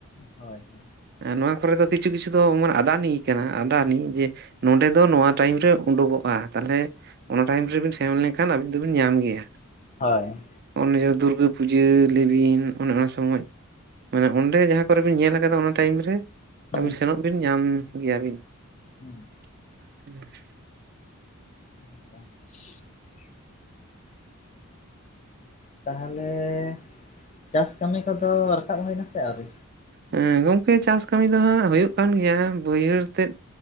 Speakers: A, on the left (about 30°); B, on the right (about 45°).
A: ᱦᱳᱭ ᱦᱳᱭ᱾
B: ᱦᱮᱸ ᱱᱚᱣᱟ ᱠᱚᱨᱮ ᱫᱚ ᱠᱤᱪᱷᱩ ᱠᱤᱪᱷᱩ ᱫᱚ ᱩᱢᱟᱹᱱ ᱟᱰᱟᱱᱤ ᱠᱟᱱᱟ ᱟᱰᱟᱱᱤ ᱡᱮ ᱱᱚᱸᱰᱮ ᱫᱚ ᱱᱚᱣᱟ ᱴᱟᱭᱤᱢ ᱨᱮ ᱩᱰᱩᱜᱚᱜᱼᱟ ᱛᱟᱞᱦᱮ ᱚᱱᱟ ᱴᱟᱭᱤᱢ ᱨᱮᱵᱤᱱ ᱥᱮᱱ ᱞᱮᱱᱠᱷᱟᱱ ᱟᱵᱤᱱ ᱫᱚᱵᱤᱱ ᱧᱟᱢ ᱜᱮᱭᱟ᱾
A: ᱦᱚᱭ᱾
B: ᱚᱱᱱᱮ ᱡᱮ ᱫᱩᱨᱜᱟᱹ ᱯᱩᱡᱟᱹ ᱞᱮᱵᱤᱱ ᱚᱱᱮ ᱚᱱᱟ ᱥᱚᱢᱚᱭ, ᱢᱟᱱᱮ ᱚᱸᱰᱮ ᱡᱟᱦᱟᱸ ᱠᱚ ᱠᱚ ᱨᱮ ᱵᱤᱱ ᱧᱮᱞ ᱠᱟᱫᱟ ᱚᱱᱟ ᱴᱟᱭᱤᱢ ᱨᱮ
A: ᱦᱳᱭ
B: ᱟᱹᱵᱤᱱ ᱥᱮᱱᱚᱜ ᱵᱤᱱ ᱧᱟᱢ ᱜᱮᱭᱟᱵᱤᱱ᱾
A: ᱦᱩᱸ
B: <unintelligible>
A: <unintelligible> ᱛᱟᱦᱚᱞᱮᱻ <inaudible> ᱪᱟᱥ ᱠᱟᱹᱢᱤ ᱠᱚᱫᱚ ᱨᱟᱠᱟᱵ ᱦᱩᱭ ᱮᱱᱟ ᱥᱮ ᱟᱹᱣᱨᱤ?
B: ᱦᱮᱸ ᱜᱚᱢᱠᱮ ᱪᱟᱥ ᱠᱟᱹᱢᱤ ᱠᱚ ᱫᱚ ᱦᱟᱜ ᱦᱳᱭᱳᱜ ᱠᱟᱱ ᱜᱮᱭᱟ, ᱵᱟᱹᱭᱦᱟᱹᱲ ᱛᱮᱫ